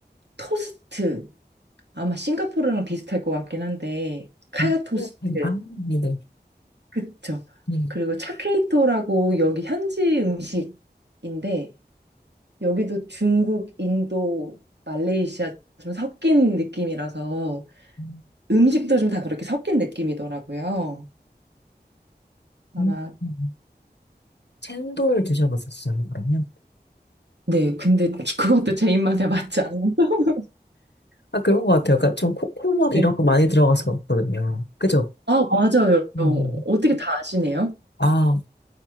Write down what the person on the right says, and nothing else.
토스트 아마 싱가포르랑 비슷할 것 같긴 한데 카야
토스트
그쵸.
그리고 차케이토라고 여기 현지 음식인데 여기도 중국, 인도, 말레이시아 좀 섞인 느낌이라서
음식도 좀 다 그렇게 섞인 느낌이더라고요. 아마
네, 근데 그것도 제 입맛에 맞지 않아요. <laughs>
네.
아, 맞아요.
어떻게 다 아시네요?